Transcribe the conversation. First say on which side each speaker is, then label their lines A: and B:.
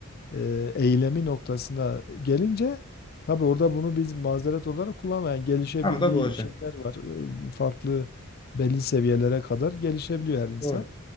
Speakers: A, on the left (about 45°); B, on the left (about 20°).
A: e, eylemi noktasına gelince tabii orada bunu biz mazeret olarak kullanmayan yani gelişebildiği
B: Tam da bu hocam.
A: şeyler var. E, Farklı belli seviyelere kadar gelişebiliyor her insan.
B: Doğru.